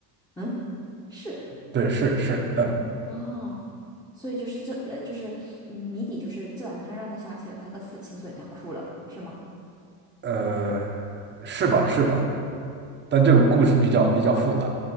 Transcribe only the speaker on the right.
对，是是，但
呃是吧是吧，但这个故事比较比较复杂。